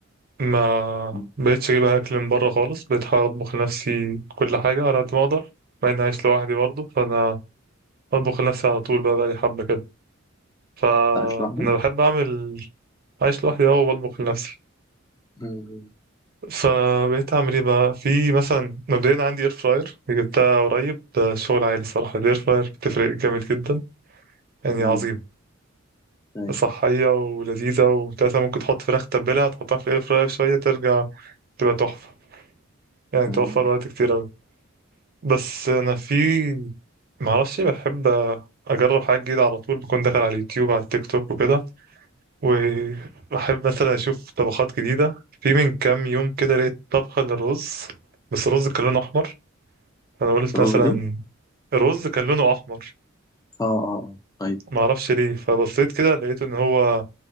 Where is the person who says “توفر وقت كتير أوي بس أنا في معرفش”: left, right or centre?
Right